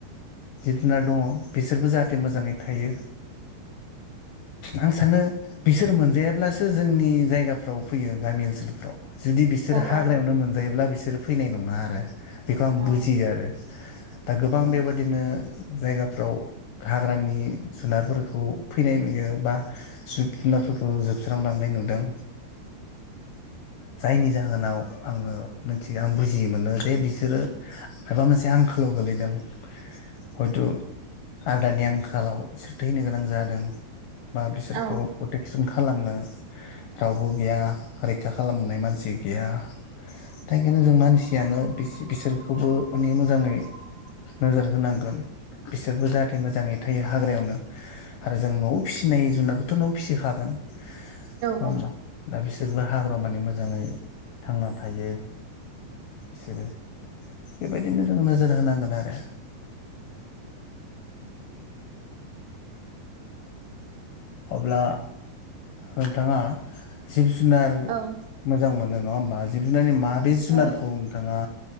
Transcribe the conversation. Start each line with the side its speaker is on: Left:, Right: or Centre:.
Left: जिब जुनार दंङ बिसोरबो जाहाथे मोजाङै थायो आं सानो बिसोर मोनजायाब्ला सो जोंनि जायगाफ्राव फैयो गामि ओनसोलफ्राव जुदि बिसोर हाग्रायावनो
Right: औ
Left: मोनजायोब्ला बिसोर फैनाय नंङा आरो बेखौ आं
Right: औ
Left: बुजियो आरो दा गोबां
Right: औ
Left: बेबादिनो जायगाफ्राव हाग्रानि जुनारफोरखौ फैनाय नुयो बा जिब जुनारफोरखौ जोब स्रांलांनाय नुदों जायनि जाहोनाव आंङो मोनथि आं बुजि मोनो जे बिसोरो माबा मोनसे आंखालाव गोलैदों हयटु आदारनि आंखालाव इसोर थैनो गोनां जादों। बा बिसोरखौ
Right: औ
Left: प्रटेकसन खा नो रावबो गैया रैखा खालामनाय मानसि गैया दा इखायनो जों मानसियानो बिसो-बिसोरखौबो माने मोजाङै नोजोर होनांगोन बिसोरबो जाहाथे मोजाङै थायो हाग्रायावनो आरो जों न'आव फिसिनाय जुनादखौथ नआव फिसिखागोन। नंङा
Right: औ
Left: होमबा दा बि सोरबो हाग्रामानि मोजाङै थांना थायो बिसोरो बेबायदिनो जों नोजोर होनांगोन आरो। अब्ला नोंथाङा जिब जुनार
Right: औ
Left: मोजां मोनो नङा होम बा जिब जुनारनि मा बे जुनारखौ
Right: औ
Left: नोंथाङा